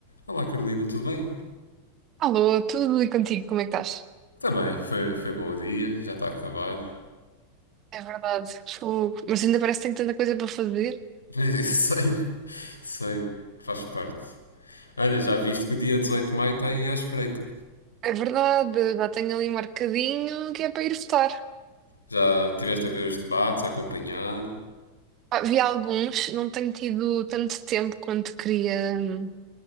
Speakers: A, on the left; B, on the right.
A: Olá Carolina, tudo bem?
B: Alô, tudo e contigo, como é que estás?
A: Está bem, foi, foi bom o dia, já está a acabar.
B: É verdade, fogo. Mas ainda parece que tenho tanta coisa para fazer.
A: <laughs> Sei-me, sei-me, faz parte. Olha, já viste que o dia 18 de maio está aí à espreita.
B: É verdade, já tenho ali marcadinho que é para ir votar.
A: Já tiveste a ver os debates, a acompanhar?
B: Ah, vi alguns, não tenho tido tanto tempo quanto queria hum,